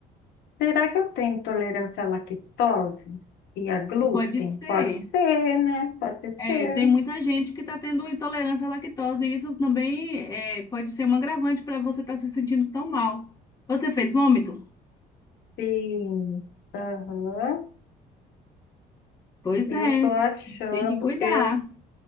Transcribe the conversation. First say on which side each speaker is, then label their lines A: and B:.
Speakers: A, on the left; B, on the left.
A: Será que eu tenho intolerância à lactose e a glúten?
B: Pode ser.
A: Pode ser, né? Pode
B: É,
A: ser.
B: tem muita gente que está tendo intolerância à lactose, e isso também é, pode ser um agravante para você estar se sentindo tão mal. Você fez vômito?
A: Sim. Aham.
B: Pois
A: Eu
B: é,
A: tô achando,
B: tem que cuidar.
A: eu,